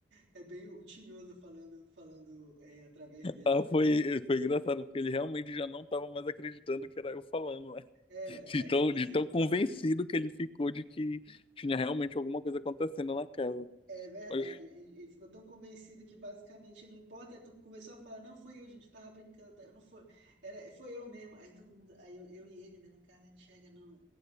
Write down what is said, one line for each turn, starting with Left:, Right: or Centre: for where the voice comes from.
Right: é bem o Tinhoso falando, falando eh, através dele
Left: Ah,
Right: pra...
Left: foi, foi engraçado, porque ele realmente já não estava mais acreditando que era eu falando, né?
Right: Era,
Left: De
Right: era,
Left: tão,
Right: tipo
Left: de
Right: assim.
Left: tão convencido que ele ficou de que tinha realmente alguma coisa acontecendo na casa.
Right: É verdade,
Left: Mas,
Right: ele ele ficou tão convencido que basicamente não importa, tu começou a falar, não foi eu, gente, eu tava brincando, tá? eu não foi, era, foi eu mesmo, aí todo mundo, aí eu, eu e ele, né, no caso, a gente chega, não,